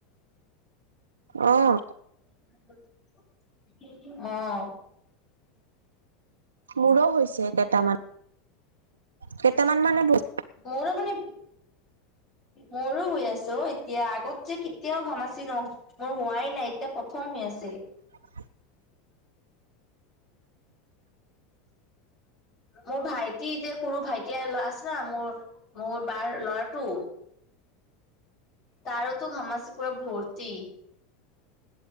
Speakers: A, on the right (about 80°); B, on the left (about 50°).
A: অহ
B: অ
A: মোৰো হৈছে কেইটামান। কেইটামান মানে বচ
B: মোৰো এ মানে মোৰো হৈ আছে অ এতিয়া আগত যে কেতিয়াও ঘামাছি ন মোৰ হোৱাই নাই এতিয়া প্ৰথম হৈ আছে।
A: <inaudible>
B: মোৰ ভাইটি যে সৰু ভাইটি এতিয়া আছে না মোৰ মোৰ বাৰ ল'ৰাটো তাৰোতো ঘামাচিপুৰা ভৰ্তি।